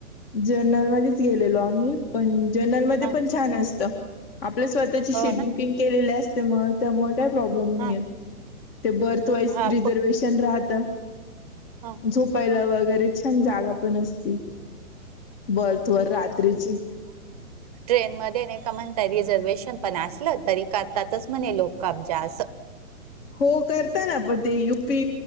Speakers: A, on the left (about 40°); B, on the right (about 25°).
A: जर्नल मध्येच गेलेलो आम्ही पण जर्नल मध्ये
B: ह
A: पण छान असत. आपल्या स्वतःची सीट
B: हो ना
A: बुकिंग केलेली असते मग त्या मग काही प्रॉब्लेम नाही
B: ह
A: ते बर्थ वाइज
B: हा
A: रिझर्वेशन राहता.
B: ह
A: झोपायला वगैरे छान जागा पण असती. बर्थ वर रात्रीची
B: ट्रेनमध्येध्ये नाही का म्हणता रिझर्वेशन पण असलं तरी करतातच म्हणे लोकमज अस.
A: हो करताना पण ते युपी